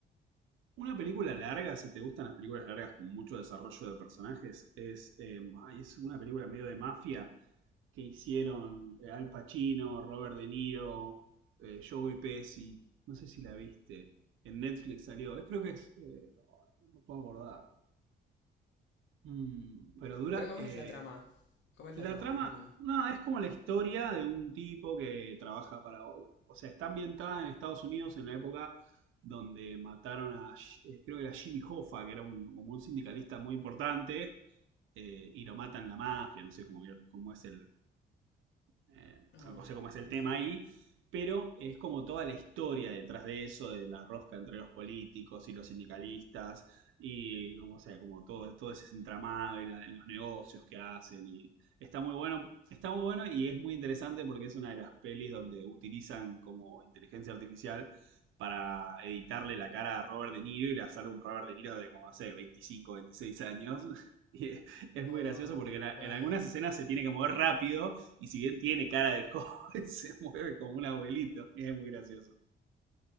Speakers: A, on the right; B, on the left.
A: Una película larga, si te gustan las películas largas con mucho desarrollo de personajes, es, eh, ay, es una película medio de mafia que hicieron eh, Al Pacino, Robert De Niro, eh, Joey Pesci. No sé si la viste. En Netflix salió. Es- creo que es. eh, no puedo acordar. Mm, pero dura
B: Pero ¿cómo
A: eh,
B: es la trama? ¿Cómo es
A: La
B: la trama,
A: trama,
B: más o menos?
A: no, es como la historia de un tipo que trabaja para, o o sea, está ambientada en Estados Unidos en la época donde mataron a, Sh- eh, creo que era Jimmy Hoffa, que era un, como un sindicalista muy importante, eh, y lo matan la mafia, no sé cómo, cómo es el, eh,
B: Oh,
A: no sé cómo es el
B: ya
A: tema
B: veo.
A: ahí, pero es como toda la historia detrás de eso, de la rosca entre los políticos y los sindicalistas, y como, sea, como todo, todo ese entramado y la- los negocios que hacen. Y está muy bueno, está muy bueno y es muy interesante porque es una de las pelis donde utilizan como inteligencia artificial para editarle la cara a Robert De Niro y le sale un Robert De Niro de como, no sé, 25, 26 años. <laughs> Y es
B: Oh,
A: muy gracioso porque en, a-
B: vaya.
A: en algunas escenas se tiene que mover rápido y si bien tiene cara de <laughs> joven, se mueve como un abuelito. Y es muy gracioso.